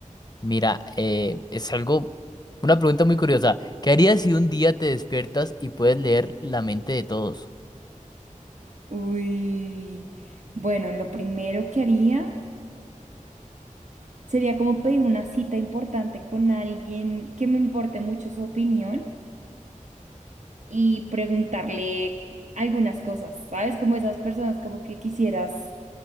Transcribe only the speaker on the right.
Uy, bueno, lo primero que haría sería como pedir una cita importante con alguien que me importe mucho su opinión y preguntarle algunas cosas, ¿sabes? Como esas personas como que quisieras